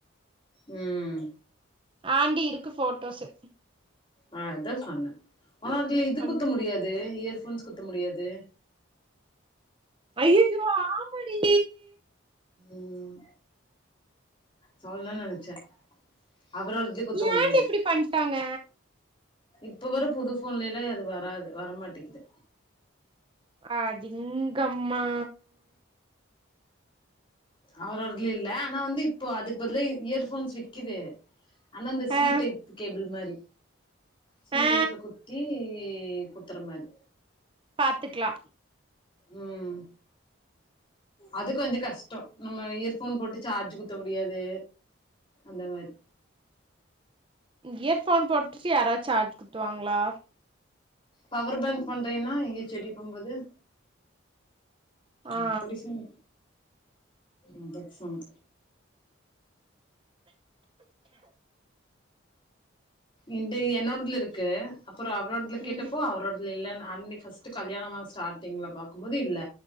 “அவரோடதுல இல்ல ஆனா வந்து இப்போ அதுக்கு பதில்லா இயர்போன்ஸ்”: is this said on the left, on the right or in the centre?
Left